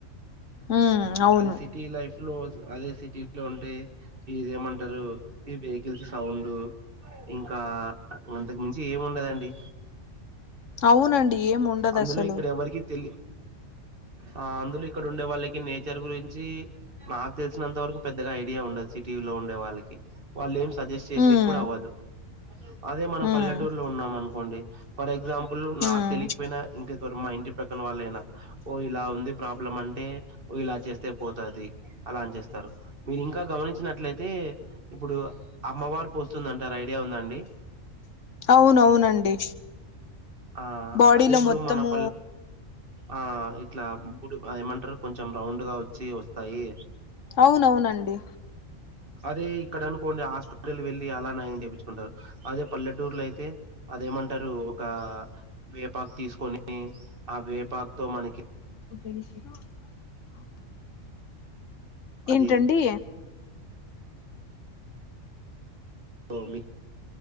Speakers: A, on the left; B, on the right.
A: ఉమ్ అవును
B: అది సిటీ లైఫ్ క్లోజ్ అదే సిటీ లో ఉంటే ఇదేమంటారు ఈ వెహికిల్స్ సౌండ్ ఇంకా అంతకు మించి ఏం ఉండదండి
A: అవునండి ఏం ఉండదు
B: అందులో
A: అసలు
B: ఇక్కడ ఎవరికి తెలి ఆ అందులో ఇక్కడ ఉండే వాళ్ళకి నేచర్ గురించి నాకు తెలిసినంత వరకు పెద్దగా ఐడియా ఉండదు సిటీ లో ఉండే వాళ్ళకి వాళ్ళు ఏం సజెస్ట్ చేసే
A: ఉమ్
B: కూడా అవ్వదు అదే మనం
A: ఉమ్
B: పల్లెటూరులో ఉన్నాం అనుకోండి ఫర్ ఎగ్జాం పుల్ మా
A: ఉమ్
B: తెలిక్ పోయినా ఇంకా వారు మా ఇంటి పక్కన వాళ్ళయినా ఓ ఇలా ఉంది ప్రాబ్లం అంటే ఇలా చేస్తే పోతది అలా అని చేస్తారు మీరింకా గమనించినట్లయితే ఇప్పుడు అమ్మవారు పోస్తుంది అంటారు ఐడియా ఉందా అండి
A: అవునవునండి
B: ఆ
A: బాడీలో
B: అదే ఇప్పుడు
A: మొత్తము
B: మన పల్ ఆ ఇట్లా బుడ్ ఆ ఏమంటరు కొంచెం రౌండ్గా వచ్చి వస్తాయి
A: అవునవునండి.
B: అదే ఇక్కడ అనుకోండి హాస్పిటల్ వెళ్ళి అలా నయం చేపిచ్చుకుంటారు. అదే పల్లెటూర్లయితే అదేమంటరు ఒకా వేపాక్ తీసుకొని ఆ వేపాకుతో మనకి
A: తెలిసినో ఓ
B: అది
A: ఏంటండి
B: మా మమ్మీ